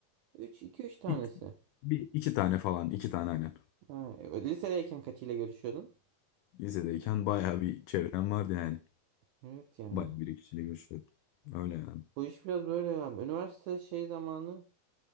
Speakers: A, on the right; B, on the left.
A: 3 2 3 tanesi.
B: bir, Bir iki tane falan iki tane aynen.
A: Ha, e, lisedeyken kaçıyla görüşüyordun?
B: Lisedeyken bayağı bir çevrem vardı yani.
A: Evet yani.
B: Bayağı bir kişiyle görüşüyordum. Öyle yani.
A: Bu iş biraz böyle ya. Üniversite şey zamanı